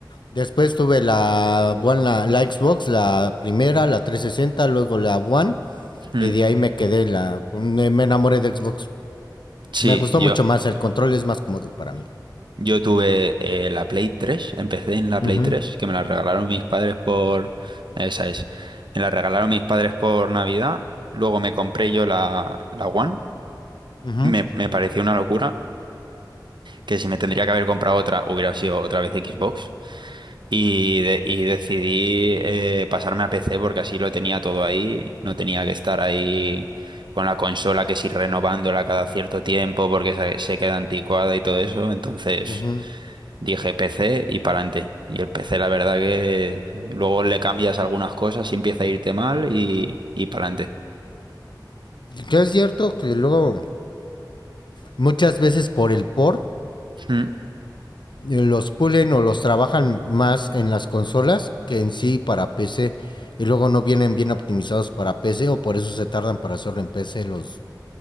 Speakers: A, on the left (about 80°); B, on the right (about 80°).
A: Después tuve la, bueno, la, la Xbox, la primera, la trescientos sesenta luego la One.
B: mm,
A: Y de ahí me quedé, la, con- me me enamoré de Xbox.
B: Sí,
A: Me gustó
B: yo,
A: mucho más, el control es más cómodo para mí.
B: Yo tuve eh, la Play tres empecé en la Play
A: Ujú,
B: 3 que me la regalaron mis padres por... Esa es. Me la regalaron mis padres por Navidad, luego me compré yo la, la One,
A: ujú,
B: me, me pareció una locura, que si me tendría que haber comprado otra, hubiera sido otra vez Xbox, y, de- y decidí eh, pasarme a PC porque así lo tenía todo ahí, no tenía que estar ahí con la consola que si renovándola cada cierto tiempo porque se, se queda anticuada y todo eso, entonces...
A: ujú.
B: Dije PC y para adelante. Y el PC, la verdad que luego le cambias algunas cosas y empieza a irte mal y, y para adelante.
A: Que es cierto que luego muchas veces por el port
B: Mm,
A: los pulen o los trabajan más en las consolas que en sí para PC. Y luego no vienen bien optimizados para PC o por eso se tardan para hacerlo en PC los